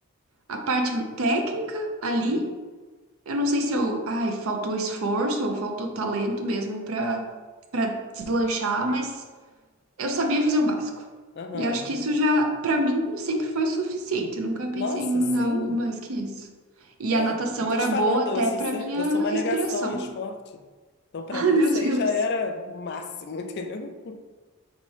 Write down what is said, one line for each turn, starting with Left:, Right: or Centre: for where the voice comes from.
Right: a parte técnica ali.
Left: Uhum.
Right: Eu não sei se eu, ai, faltou esforço ou faltou talento mesmo pra, pra deslanchar, mas eu sabia fazer o básico.
Left: Aham,
Right: E acho
Left: entendi.
Right: que isso já, pra mim, sempre foi suficiente. Eu nunca pensei
Left: Nossa,
Right: em
Left: sim.
Right: algo mais que isso. E
Left: É,
Right: a natação
Left: eu tô
Right: era
Left: te falando,
Right: boa até
Left: eu sou,
Right: pra
Left: sempre-
Right: minha
Left: eu sou uma
Right: respiração.
Left: negação em esporte. Então, para
Right: Ai,
Left: mim,
Right: meu
Left: isso
Right: Deus.
Left: aí já era o máximo, <laughs> entendeu?